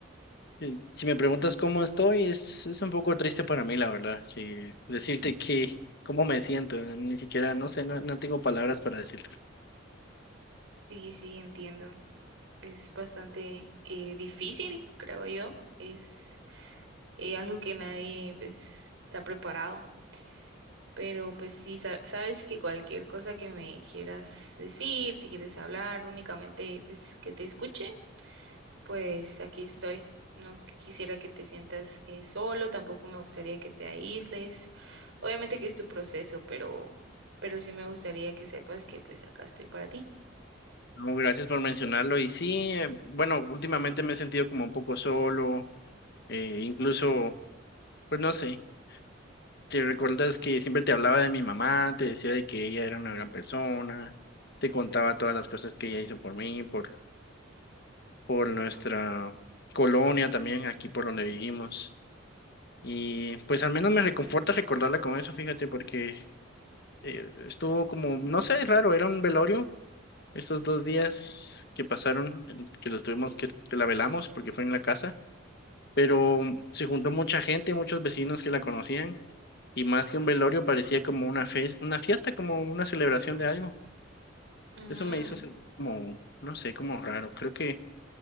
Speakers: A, on the left; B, on the right.
A: eh, si me preguntas cómo estoy, es, es un poco triste para mí, la verdad, que decirte que cómo me siento, eh, ni siquiera, no sé, no, no tengo palabras para decirte.
B: Sí, sí, entiendo. Es bastante eh, difícil, creo yo. Es eh, algo que nadie pues está preparado. Pero pues sí, sa- sabes que cualquier cosa que me quieras decir, si quieres hablar, únicamente pues que te escuche pues aquí estoy. No quisiera que te sientas eh, solo, tampoco me gustaría que te aísles. Obviamente
A: Sí.
B: que es tu proceso, pero, pero sí me gustaría que sepas que pues acá estoy para ti.
A: No, gracias por mencionarlo. Y sí, eh, bueno, últimamente me he sentido como un poco solo, eh, incluso, pues no sé, si recuerdas que siempre te hablaba de mi mamá, te decía de que ella era una gran persona, te contaba todas las cosas que ella hizo por mí, por por nuestra colonia también, aquí por donde vivimos. Y pues al menos me reconforta recordarla con eso, fíjate, porque eh, estuvo como, no sé, raro, era un velorio estos dos días que pasaron, en que los tuvimos que, que la velamos porque fue en la casa, pero se juntó mucha gente, muchos vecinos que la conocían, y más que un velorio parecía como una fe, una fiesta, como una celebración de algo.
B: Mm,
A: Eso me hizo sentir como, no sé, como raro. Creo que